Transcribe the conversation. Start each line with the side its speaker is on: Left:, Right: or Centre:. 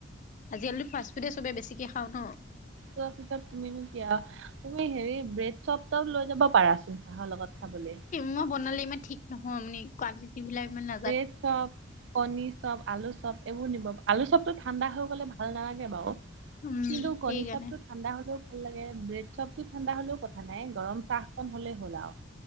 Left: আজিকালিতো ফাষ্ট ফুডে চবে বেছিকে খাওঁ ন।
Right: ি ত মেনু ক <unintelligible> তুমি হেৰি ব্ৰেড চপ ত লৈ যাব পাৰাচোন চাহৰ লগত খাবলে।
Left: মই বনালে ইমান ঠিক নহয় মানে কোৱালিটি। এইবিলাক মানে
Right: ব্ৰেড চপ, কণী চপ, আলু চব এইবোৰ নিব আলু চবতো ঠাণ্ডা হৈ গলে ভাল নালাগে বাৰু।
Left: উম
Right: কিন্তু
Left: সেইকাৰণে
Right: কণী চব তো ঠাণ্ডা হ'লেও ভাল লাগে ব্ৰেড চবটো ঠাণ্ডা হলেও কথা নাই গৰম চাহ অকণ হলেই হ'ল আৰু।